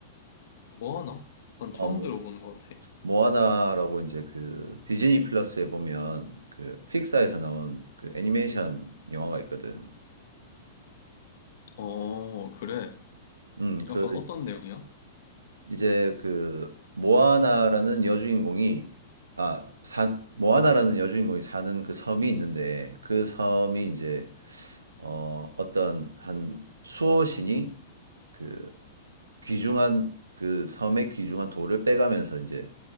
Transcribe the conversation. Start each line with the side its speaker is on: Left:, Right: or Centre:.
Left: 뭐 하나? 난 처음
Right: 어 뭐,
Left: 들어보는 것 같아.
Right: 모아나라고 이제 그 디즈니 플러스에 보면 그 픽사에서 나온 그 애니메이션 영화가 있거든.
Left: 어, 그래.
Right: 음 그
Left: 약간 어떤 내용이야?
Right: 이제 그 모아나라는 여주인공이 아 사, 모아나라는 여주인공이 사는 그 섬이 있는데 그 섬이 이제 어, 어떤 한 수호신이 그 귀중한 그 섬의 귀중한 돌을 빼가면서 이제